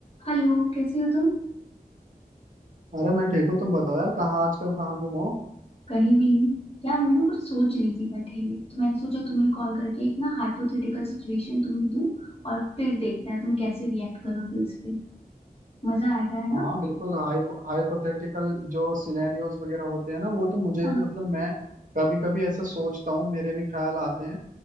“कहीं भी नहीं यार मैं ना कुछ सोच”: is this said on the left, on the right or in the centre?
Left